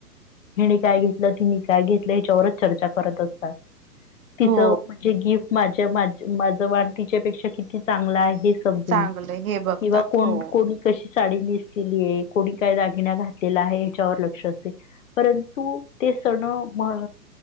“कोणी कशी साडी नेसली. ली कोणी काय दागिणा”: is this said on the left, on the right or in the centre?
Left